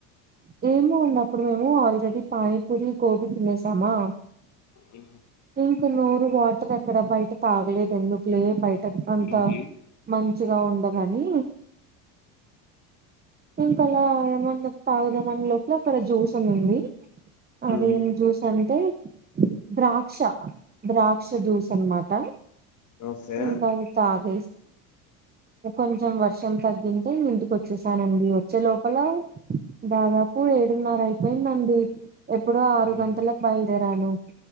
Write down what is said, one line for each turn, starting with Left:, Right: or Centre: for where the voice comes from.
Right: ఏమో ఉన్నప్పుడు మేము ఆల్రెడీ పానీపూరి గోబీ తినేసామా
Left: అ
Right: ఇంక నోరు వాటర్ ఎక్కడ బయట తాగలేదు ఎందుకులే బయట అంత
Left: మ్మ్.
Right: మంచి గా ఉండగాని ఇంకా అలా ఏమన్నా తాగుదామని లోప అక్కడ జ్యూస్ ఉందింది అదేం
Left: మ్మ్.
Right: జ్యూస్ అంతే ద్రాక్ష ద్రాక్ష జ్యూస్ అనమాట
Left: ఓకే
Right: ఇంకాత ఆగ కొంచెం వర్షం తగ్గింటే ఇంటికి వచ్చే చానండి వచ్చే లోపల దాదాపు ఏడున్నర అయిపోయిందండి ఎప్పుడో ఆరు
Left: మ్మ్.
Right: గంటలకు బయలుదేరాను